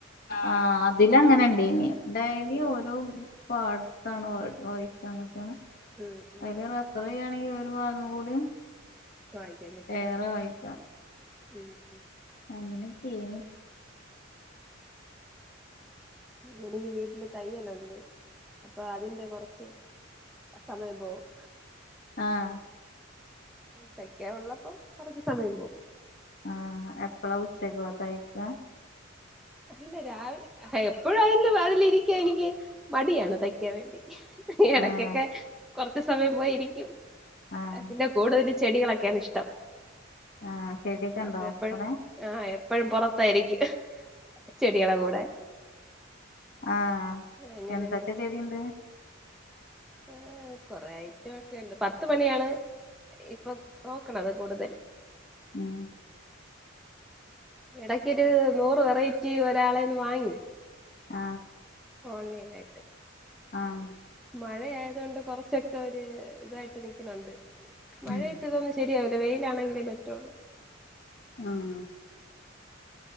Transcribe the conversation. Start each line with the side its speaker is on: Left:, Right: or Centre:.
Left: ആഹ് അതില് അങ്ങനെ ഇണ്ടേയിനി ഡൈലി
Centre: ആഹ്
Left: ഓരോം പാടത്താണ് വായി വായിക്കാൻ കിട്ടാ
Centre: ഉം ഉം
Left: അയ്ന്
Centre: ഉം
Left: റെഫർ ചെയ്യാണെങ്കി ഒര് അപ്പതും കൂടിയും
Centre: വായിക്കാൻ കിട്ടും
Left: വേറെ വായിക്കാ
Centre: ഉം ഉം
Left: അങ്ങനെ ചെയ്യ്ന്ന്
Centre: <unintelligible> ഈ വീട്ടില് തയ്യെല്ലാം ഒണ്ട് അപ്പൊ അതിന്റെ കൊറച്ച് സമയം പോകും
Left: ആഹ്
Centre: തയ്ക്കാ ഉള്ളപ്പൊ കൊറച്ച് സമയം പോകും.
Left: ആ എപ്പളാ ഉച്ചകോ തയ്ക്ക?
Centre: അല്ല രാവിലെ എപ്പഴും അയിന്റെ വാതിലിരിക്കാ എനിക്ക് മടിയാണ് തയ്ക്കാൻ വേണ്ടി എടയ്ക്കെക്കെ
Left: ഏഹ്
Centre: കൊർ സമയം പോയിരിക്കും
Left: ആഹ്
Centre: പിന്നെ കൂടുതല് ചെടികളൊക്കെ ണിഷ്ടം
Left: ആഹ് ചെടിയൊക്കെ
Centre: അപ്പൊഎപ്പഴും
Left: ഉണ്ടോ കൊറേ
Centre: ആ എപ്പഴും പൊറ ത്തായിരിക്കും. ചെടികളെ കൂടെ
Left: ആ
Centre: അങ്ങനെ
Left: എന്തൊക്കെ ചെടിണ്ട്?
Centre: ഏർ കൊറെ ഐറ്റൊക്കെണ്ട് പത്ത് മണിയാണ് ഇപ്പൊ നോക്കണത് കൂടുതല്
Left: ഉം
Centre: എടക്കൊരു നൂറ് വെറൈറ്റി ഒരാളേന്ന് വാങ്ങി.
Left: ആ
Centre: ഓൺലൈനായിട്ട്
Left: ആ
Centre: മഴയായതൊണ്ട് കൊറച്ചക്കൊര് ഇതാ യിട്ട് നിക്ക്ണ് ണ്ട് മഴയത്തി
Left: ഉം
Centre: തൊന്നും ശെരിയാവി വെയിലാണെങ്കേ പറ്റൊള്ളൂ
Left: ആഹ്